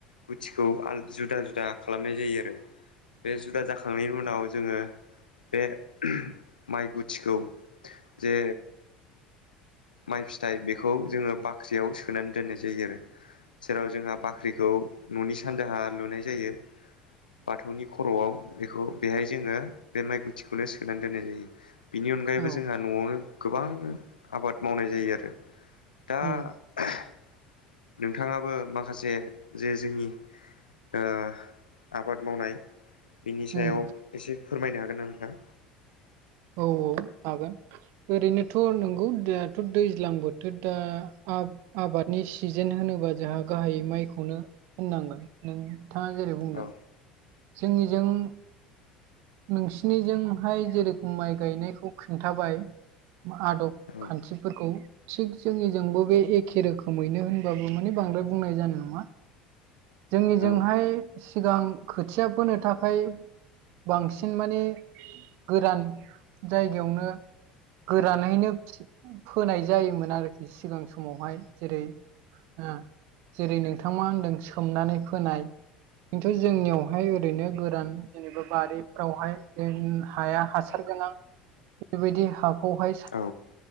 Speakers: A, on the left (about 80°); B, on the right (about 50°).
A: गुथिखौ आल जुदा जुदा खालामनाय जायो आरो बे जुदा जाखां खांनायनि उनाव जोङो बे <unintelligible> माइ गुथिखौ जे माइ फिथाइ बेखौ जोङो बाख्रियाव सोनानै दोननाय जायो आरो जेराव जोंहा बाख्रि खौ न'नि सानजाहा लुनाय जायो बाथौनि खर'आव बेखौ बेहाय जोङो बे माइ गुथिखौनो सोनानै दोननाय जायो। बेनि अनगायैबो
B: औ
A: जोंहा न'आवनो गोबां आबाद मावनाय जायो आरो दा
B: उम
A: <unintelligible> नोंथाङाबो माखासे जे जोंनि ओ आबाद मावनाय बिनि सायाव
B: उम
A: एसे फोरमायनो हागोन ना नोंथां?
B: औ औ हागोन। ओरैनोथ' नंगौ दाथ' दैज्लां बोथोर दा आ आबादनि सिजोन होनोबा जोंहा गाहायै माइखौनो होननांगोन। नोंथाङा जेरै बुंदों
A: औ
B: जोंनिजों नोंसिनिजोंहाय जेरेखम माइ गायनायखौ खोन्थाबाय आदब
A: औ
B: खान्थिफोरखौ थिग जोंनिजोंबो बे एखे रोखोमैनो होनबाबो माने बांद्राय बुंनाय जानाय नङा जोंनिजोंहाय
A: औ
B: सिगां खोथिया फोनो थाखाय बांसिन माने गोरान जायगायावनो गोरानैनो फोनाय जायोमोन आरोखि सिगां समावहाय जेरै ओ जेरै नोंथां थां मा होनदों सोमनानै फोनाय खिन्थु जोंनियावहाय ओरैनो गोरान जेनेबा बारिफ्रावहाय जेन हाया हासार गोनां बेबायदि हाखौहाय सा
A: औ